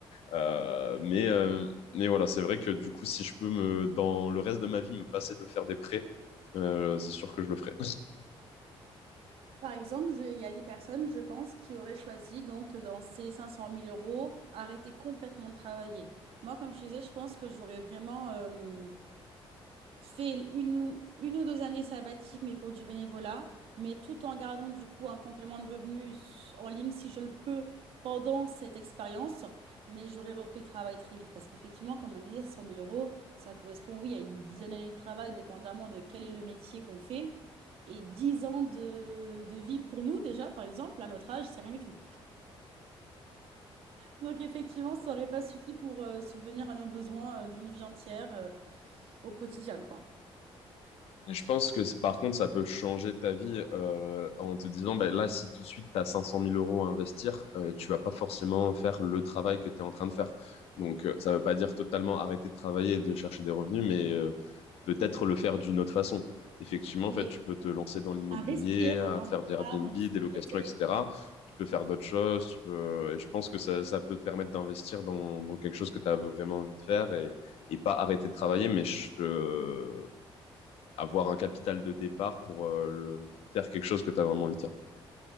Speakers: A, on the left (about 80°); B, on the right (about 75°).
A: Euh, mais euh, mais voilà, c'est vrai que du coup, si je peux me, dans le reste de ma vie, me passer de faire des prêts, euh, c'est sûr que je le ferai.
B: Par exemple, je- il y a des personnes,
A: <laughs>
B: je pense, qui auraient choisi, donc, dans ces cinq cent mille euros, arrêter complètement de travailler. Moi, comme je disais, je pense que j'aurais vraiment euh, fais une ou, une ou deux années sabbatiques, mais pour du bénévolat, mais tout en gardant du coup un complément de revenus en ligne si je le peux pendant cette expérience. Mais j'aurais repris le travail très vite parce qu'effectivement, comme on disait, cent mille euros, ça correspond, oui, à une dizaine d'années de travail, dépendamment de quel est le métier qu'on fait. Et 10 ans de, de vie pour nous déjà, par exemple, à notre âge, c'est rien du tout. Donc effectivement, ça n'aurait pas suffi pour euh, subvenir à nos besoins euh, d'une vie entière euh, au quotidien, quoi.
A: Et je pense que c- par contre, ça peut changer ta vie euh, en te disant, ben là, si tout de suite, tu as cinq cent mille euros à investir, euh, tu vas pas forcément faire le travail que tu es en train de faire. Donc, euh, ça veut pas dire totalement arrêter de travailler et de chercher des revenus, mais euh, peut-être le faire d'une autre façon. Effectivement,
B: Oui.
A: en fait, tu peux te lancer dans l'immobilier,
B: Investir
A: à
B: dans
A: faire
B: les
A: des Airbnb,
B: arts, dans les
A: des
B: sociétés.
A: locations, etc. Tu peux faire d'autres choses. Tu peux... Et je pense que ça, ça peut te permettre d'investir dans, dans quelque chose que tu as vraiment envie de faire et, et pas arrêter de travailler, mais je- euh, avoir un capital de départ pour euh, le- faire quelque chose que tu as vraiment envie de faire.